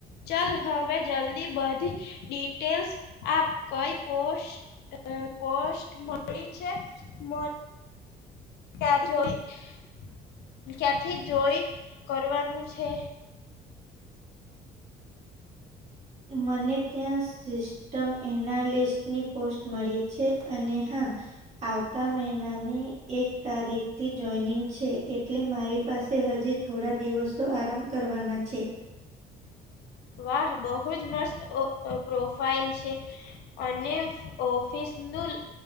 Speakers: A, on the left; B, on the right.
A: ચલ હવે જલ્દી બધી ડિટેલ્સ આપ. કઈ પોસ્ટ અ પોસ્ટ મળી છે મ કે આ જોઈ ક્યાંથી જોઈ કરવાનું છે?
B: મને ત્યાં સીસ ટમ એનાલિસ્ટની પોસ્ટ મળી છે અને હા આવતા મહિનાની એક તારીખથી જોઈનિંગ છે એટલે મારી પાસે હજી થોડા દિવસો આરામ કરવાના છે.
A: વાહ! બહુ જ મસ્ત ઓ ઓ પ્રોફાઈલ છે. અને ઓફીસનું